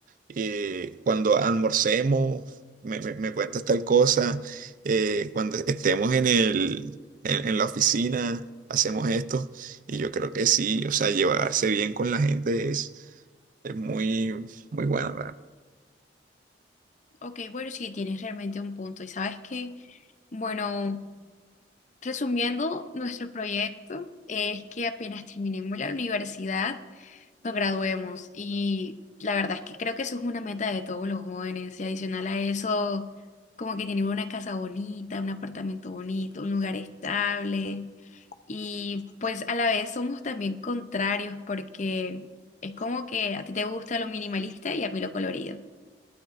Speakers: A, on the right; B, on the left.
A: eh, cuando almorcemos, me, me- me cuentas tal cosa. eh, cuando estemos en el, en, en la oficina, hacemos esto. Y yo creo que sí, o sea, llevarse bien con la gente es, es muy, muy bueno.
B: Ok, bueno, sí, tienes realmente un punto. Y sabes que, bueno, resumiendo nuestro proyecto, es que apenas terminemos la universidad, nos graduemos y la verdad es que creo que eso es una meta de todos los jóvenes y adicional a eso, como que tener una casa bonita, un apartamento bonito, un lugar estable. Y pues a la vez somos también contrarios porque es como que a ti te gusta lo minimalista y a mí lo colorido.